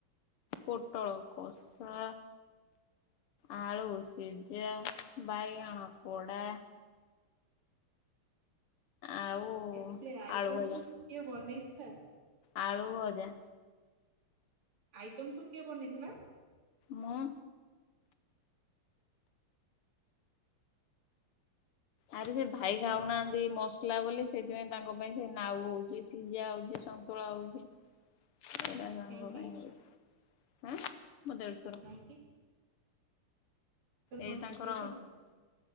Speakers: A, on the left; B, on the right.
A: ପୋଟଳ କଷା। ଆଳୁ ସିଜା ବାଇଗଣ ପୋଡ଼ା। ଆଉ
B: ଏତେ ଆଇଟମ୍
A: ଆଳୁ ଭଜା
B: ସବୁ କିଏ ବନେଇଥିଲା?
A: ଆଳୁ ଭଜା।
B: ଆଇଟମ୍ ସବୁ କିଏ ବନେଇଥିଲା?
A: ମୁଁ। ଆରେ ସେ ଭାଇ
B: ଆଉ
A: ଖାଉନାହାଁ ଦି ମସଲା ବୋଲି ସେଇଥିପାଇଁ ତାଙ୍କ ପାଇଁ ସେ ନାଉ ହଉଚି, ସିଜା ହଉଚି, ସନ୍ତୁଳା ହଉଚି। ଏଇରା ତାଙ୍କ
B: କାହିଁକି
A: ପାଇଁ ହୋଉଚି। ଆଁ? ମୋ ଦେଡ଼ଶୁର।
B: ଇଁ କି? କଣ
A: ଏଇ ତାଙ୍କର
B: ସୁଗାର ହେଇନି